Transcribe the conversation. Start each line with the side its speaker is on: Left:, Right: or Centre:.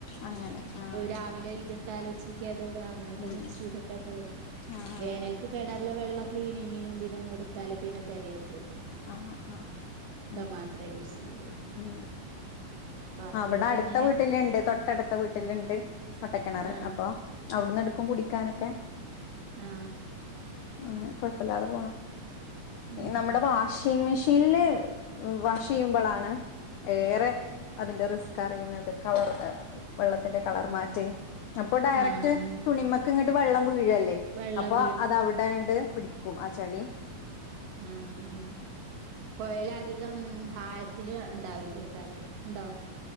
Left: അങ്ങനെ ആഹ്
Right: രാവിലെ ഇതി ആലോചിക്കാത് ഇടും അങ്ങനെയൊക്കെ
Left: ഉം
Right: മിക്സ് ചെയ്തിട്ടക്കെ വേക്കും
Left: ആഹ്
Right: വേനൽക്ക് കിണറിലേ വെള്ളം ക്ലീനിങ്ങിനും ഇതിനും എടുത്താൽ പിന്നെ തികയും
Left: ആ ആ ഉ
Right: മാത്രമേ യൂസ് ചെയ്യുള്ളൂ
Left: ഊ......
Right: ബാക്കിയൊക്കെ
Left: അവിടെ അടുത്ത
Right: അങ്ങനെ
Left: വീട്ടിലിണ്ട് തൊട്ടടുത്ത വീട്ടിലിണ്ട് ഒട്ടക്കിണർ
Right: ആഹ്
Left: അപ്പൊ അവിടുന്ന് എടുക്കും കുടിക്കാനൊക്കെ
Right: ആ........
Left: അങ്ങനെ കൊഴപ്പില്ലാതെ പോണം
Right: ഉം
Left: നമ്മുടെ വാഷിംഗ് മെഷീൻ ഷീല്ല് വാഷ് ചെയ്യുമ്പോളാണ് ഏറെ അതിന്റെ റിസ്ക് അറിയുന്നത് കളർ വെള്ളത്തിന്റെ കളർ മാറ്റേ അപ്പൊ ഡയറക്ട്
Right: ആഹ് ആഹ്
Left: തുണിമേക്ക് വെള്ളം വീഴല്ലേ
Right: വെള്ളം
Left: അപ്പൊ അതവിടെ <unintelligible> ഉൂം ആ ചെളി
Right: ആഹ ആഹ കൊയലാദി അകം ഹായത്തില് ഉണ്ടാവില്ലേ കരല്ല ഉണ്ടോ